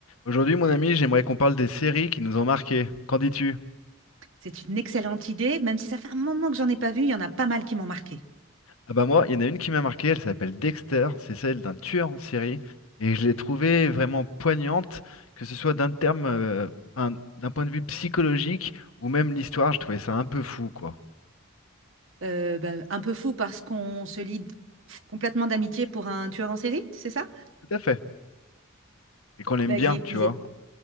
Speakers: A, on the left (about 85°); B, on the right (about 65°).
A: Aujourd'hui, mon ami, j'aimerais qu'on parle des séries qui nous ont marqués. Qu'en dis-tu?
B: C'est une excellente idée, même si ça fait un moment que j'en ai pas vu, il y en a pas mal qui m'ont marqué.
A: Ah bah moi, il y en a une qui m'a marqué, elle s'appelle Dexter, c'est celle d'un tueur en série, et je l'ai trouvée vraiment poignante, que ce soit d'un terme, euh, un- d'un point de vue psychologique, ou même l'histoire, je trouvais ça un peu fou, quoi.
B: Euh, bah, un peu fou parce qu'on se lie complètement d'amitié pour un tueur en série, c'est ça?
A: Tout à fait. Et qu'on l'aime
B: Bah,
A: bien,
B: il est,
A: tu
B: il
A: vois.
B: est